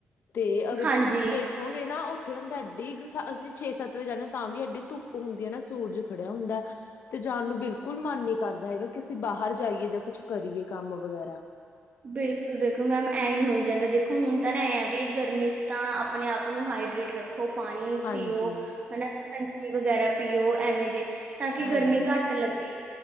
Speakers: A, on the left; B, on the right.
A: ਤੇ ਅਗਰ
B: ਹਾਂਜੀ
A: ਤੁਸੀਂ ਦੇਖ ਖੋਗੇ ਨਾ ਉੱਥੇ ਨਾ ਹੁੰਦਾ ਐਡੀ ਅਸੀਂ ਛੇ ਸੱਤ ਵਜੇ ਜਾਂਦੇ ਆ ਤਾਂ ਵੀ ਐਡੀ ਧੁੱਪ ਹੁੰਦੀ ਐ ਨਾ ਸੂਰਜ ਖੜਿਆ ਹੁੰਦਾ। ਤੇ ਜਾਣ ਨੂੰ ਬਿਲਕੁਲ ਮਨ ਨੀ ਕਰਦਾ ਹੈਗਾ ਕਿ ਅਸੀਂ ਬਾਹਰ ਜਾਈਏ ਜਾਂ ਕੁਛ ਕਰੀਏ ਕੰਮ ਵਗੈਰਾ
B: ਬਿਲਕੁਲ ਬਿਲਕੁਲ ਮੈਮ ਐਂ ਈ ਹੋਈ ਜਾਂਦਾ ਦੇਖੋ ਹੁਣ ਤਾਂ ਨਾ ਐਂ ਵੀ ਗਰਮੀ ਚ ਤਾਂ ਆਪਣੇ ਆਪ ਨੂੰ ਹਾਈਡਰੇਟ ਰੱਖ ਖੋ ਪਾਣੀ
A: ਹਾਂਜੀ
B: ਪੀਓ ਹਨਾ ਸ਼ਿਕੰਜਵੀ ਵਗੈਰਾ ਪੀਓ ਐਵੇਂ ਦੇ ਤਾਂ ਕੀ
A: ਹਾਂਜੀ
B: ਗਰਮੀ ਘਾੱਟ ਲੱਗੇ,